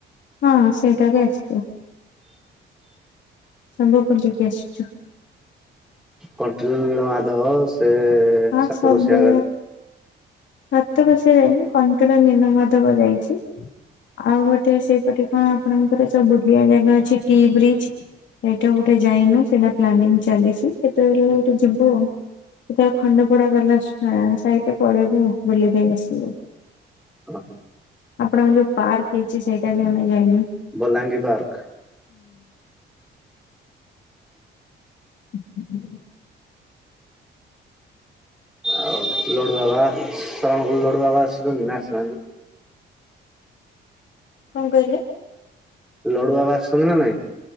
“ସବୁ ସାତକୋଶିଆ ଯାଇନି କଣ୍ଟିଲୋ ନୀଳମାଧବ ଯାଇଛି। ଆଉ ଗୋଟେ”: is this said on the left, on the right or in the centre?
Left